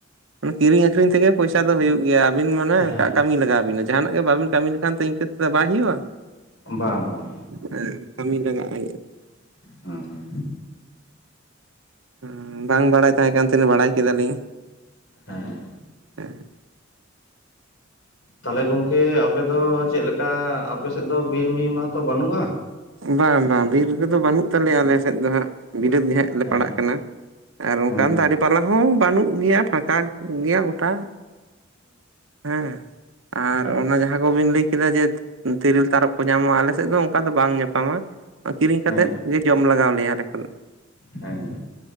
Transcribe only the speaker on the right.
ᱚᱱᱮ ᱠᱤᱨᱤᱧ ᱟᱹᱠᱷᱨᱤᱧ ᱛᱮᱜᱮ ᱯᱚᱭᱥᱟ ᱫᱚ ᱦᱩᱭᱩᱜ ᱜᱮᱭᱟ ᱟᱵᱤᱱ ᱢᱟᱱᱮ
ᱠᱟᱼᱠᱟᱹᱢᱤ ᱞᱟᱜᱟᱣᱵᱤᱱᱟ ᱡᱟᱦᱟᱱᱟᱜ ᱜᱮ ᱵᱟᱵᱤᱱ ᱠᱟᱹᱢᱤ ᱞᱮᱠᱷᱟᱱ ᱛᱚ ᱤᱝᱠᱟᱹ ᱛᱮᱫᱚ ᱵᱟᱭ ᱦᱩᱭᱩᱜᱼᱟ᱾
ᱦᱮᱸ ᱠᱟᱹᱢᱤ ᱞᱟᱜᱟᱜ ᱦᱩᱭᱩᱜ
ᱚᱸ ᱵᱟᱝ ᱵᱟᱲᱟᱭ ᱛᱟᱦᱮᱸ ᱠᱟᱱ ᱛᱮᱱ ᱵᱟᱲᱟᱭ ᱠᱮᱫᱟᱞᱤᱧ᱾
ᱦᱮᱸ
ᱵᱟᱝ ᱵᱟᱝ ᱵᱤᱨ ᱨᱮᱫᱚ ᱵᱟᱹᱱᱩᱜ ᱛᱟᱞᱮᱭᱟ ᱟᱞᱮ ᱥᱮᱫ ᱫᱚ ᱦᱟᱸᱜ ᱵᱤᱨᱟᱹᱫ ᱜᱮ ᱦᱟᱸᱜ ᱞᱮ
ᱯᱟᱲᱟᱜ ᱠᱟᱱᱟ᱾ ᱟᱨ ᱚᱱᱠᱟᱱ
ᱫᱟᱨᱮ ᱯᱟᱞᱟ ᱦᱚᱸ ᱵᱟᱹᱱᱩᱜ ᱜᱮᱭᱟ ᱯᱷᱟᱠᱟ ᱜᱮᱭᱟ ᱜᱚᱴᱟ᱾ ᱦᱮᱸ ᱟᱨ
ᱚᱱᱟ ᱡᱟᱦᱟᱸ ᱡᱟᱦᱟᱸ ᱠᱚᱵᱤᱱ ᱞᱟᱹᱭ ᱠᱮᱫᱟ ᱡᱮ ᱛᱤᱨᱤᱞ ᱛᱟᱨᱚᱵ ᱠᱚ ᱧᱟᱢᱚᱜ-ᱟ ᱟᱞᱮ ᱥᱮᱫ ᱫᱚ ᱚᱱᱠᱟ ᱫᱚ ᱵᱟᱝ ᱧᱟᱯᱟᱢᱟ᱾ ᱠᱤᱨᱤᱧ
ᱠᱟᱛᱮᱫ ᱜᱮ ᱡᱚᱢ ᱞᱟᱜᱟᱣ ᱞᱮᱭᱟ ᱟᱞᱮ ᱠᱚᱫᱚ᱾